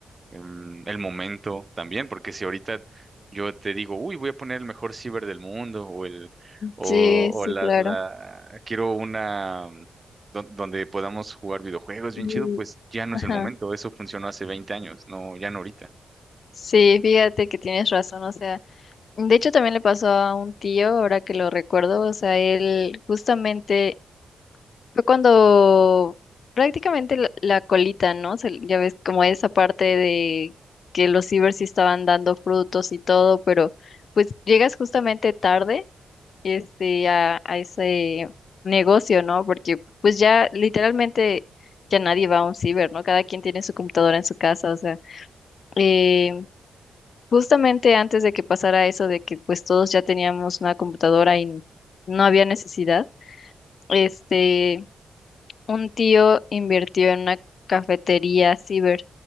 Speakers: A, on the right (about 35°); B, on the left (about 65°).
A: em, el momento también, porque si ahorita yo te digo, uy, voy a poner el mejor ciber del mundo o el o,
B: Sí, sí,
A: o la,
B: claro.
A: la quiero una mm, don- donde podamos jugar videojuegos bien
B: Y,
A: chido, pues ya no
B: ajá.
A: es el momento, eso funcionó hace 20 años, no, ya no ahorita.
B: Sí, fíjate que tienes razón, o sea, de hecho también le pasó a un tío, ahora que lo recuerdo, o sea, él justamente fue cuando prácticamente la, la colita, ¿no? Se- ya ves como esa parte de que los cibers sí estaban dando frutos y todo, pero pues llegas justamente tarde, este, a, a ese negocio, ¿no? Porque pues
A: ¿no?
B: ya literalmente ya nadie va a un ciber, ¿no? Cada quien tiene su computadora en su casa, o sea. eh, Justamente antes de que pasara eso de que pues todos ya teníamos una computadora y no había necesidad, este, un tío invirtió en una cafetería ciber,